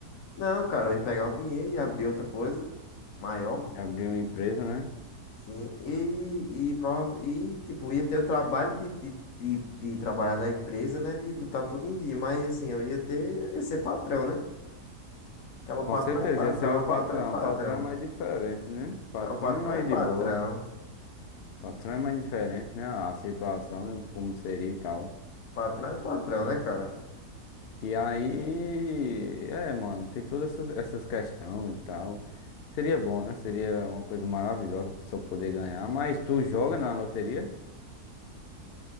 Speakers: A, on the left; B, on the left.
A: Não, cara, eu ia pegar o dinheiro e abrir outra coisa maior,
B: e abrir uma empresa, né?
A: sim, e, e, prova, e tipo, ia ter o trabalho de, de, de, de trabalhar na empresa, né, de botar tudo em dia, mas assim, eu ia ter, ia ser patrão, né? Cabo
B: Com
A: patrão
B: certeza,
A: é, pa-
B: ia ser
A: cabo
B: o
A: patrão
B: patrão.
A: é patrão.
B: O patrão é mais diferente, né? O patrão
A: Cabo patrão
B: é mais
A: é patrão.
B: de boa. O patrão é mais diferente, né? A situação, né? Como seria e tal.
A: Patrão é patrão, né, cara?
B: E aí, é, mano, tem todas essas, essas questões e tal. Seria bom, né? Seria uma coisa maravilhosa pra pessoa poder ganhar. Mas tu joga na loteria?